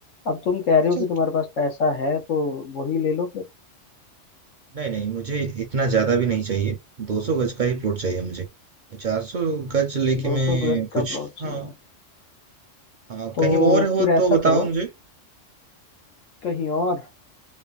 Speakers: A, on the left (about 85°); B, on the right (about 50°).
A: अब तुम कह रहे
B: अच्छा
A: हो कि तुम्हारे पास पैसा है तो वही ले लो फिर
B: नहीं नहीं मुझे इतना ज्यादा भी नहीं चाहिए 200 गज का ही प्लॉट चाहिए मुझे 400 गज लेके
A: 200
B: मैं
A: गज का
B: कुछ
A: प्लॉट चाहिए
B: हाँ हाँ
A: तो
B: कहीं और हो
A: फिर ऐसा
B: तो बताओ
A: करो
B: मुझे
A: कहीं और